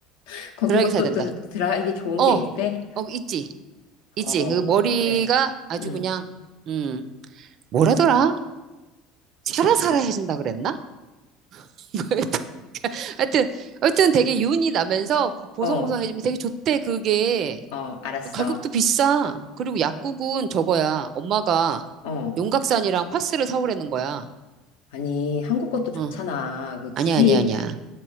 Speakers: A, on the left; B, on the right.
A: <laughs> 거기
B: 드라이기
A: 뭐
B: 사야
A: 또
B: 된다.
A: 드라 이기 좋은
B: 어,
A: 게 있대?
B: 어, 있지, 있지.
A: 어,
B: 그 머리가
A: 그래.
B: 아주
A: 응.
B: 그냥, 음, 뭐라더라? 사라사라 해준다 그랬나? <laughs> 뭐 하여튼, 하여튼, 하여튼 되게 윤이 나면서 보송보송해지면
A: 어,
B: 되게 좋대, 그게.
A: 어, 알았어.
B: 가격도 비싸. 그리고 약국은 저거야. 엄마가
A: 어.
B: 용각산이랑 파스를 사오라는 거야.
A: 아니, 한국 것도 좋잖아.
B: 어,
A: 왜 굳이,
B: 아니야, 아니야, 아니야.